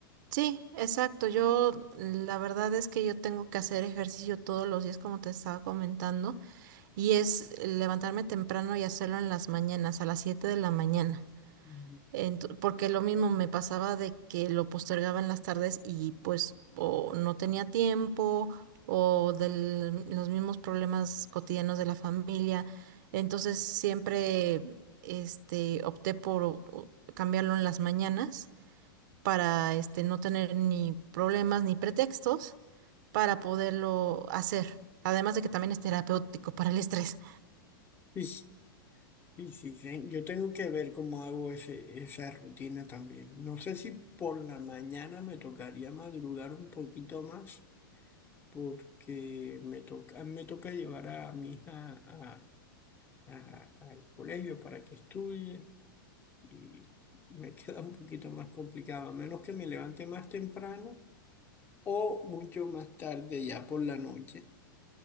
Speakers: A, on the right; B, on the left.
A: Sí, exacto. Yo, la verdad es que yo tengo que hacer ejercicio todos los días, como te estaba comentando, y es levantarme temprano y hacerlo en las mañanas, a las 7 de la mañana.
B: Ujú.
A: Ento- porque lo mismo me pasaba de que lo postergaba en las tardes y pues o no tenía tiempo o de los mismos problemas cotidianos de la familia. Entonces siempre este, opté por o- cambiarlo en las mañanas para este, no tener ni problemas ni pretextos para poderlo hacer. Además de que también es terapéutico para el estrés.
B: Y Sí, sí, sí, sí. Yo tengo que ver cómo hago ese, esa rutina también. No sé si por la mañana me tocaría madrugar un poquito más porque me toca, me toca llevar a mi hija a- a- al colegio para que estudie. y me <laughs> queda un poquito más complicado, a menos que me levante más temprano o mucho más tarde, ya por la noche.